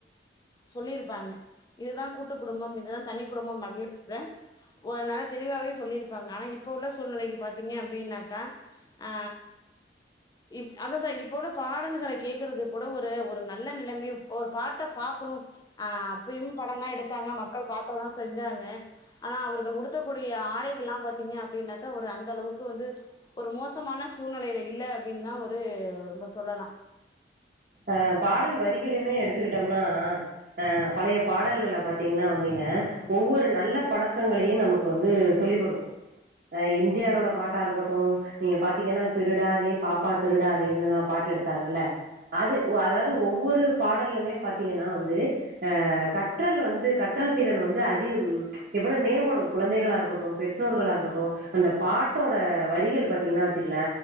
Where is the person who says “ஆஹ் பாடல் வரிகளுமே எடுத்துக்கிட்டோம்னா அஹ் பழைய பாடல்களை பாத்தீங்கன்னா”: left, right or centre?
Right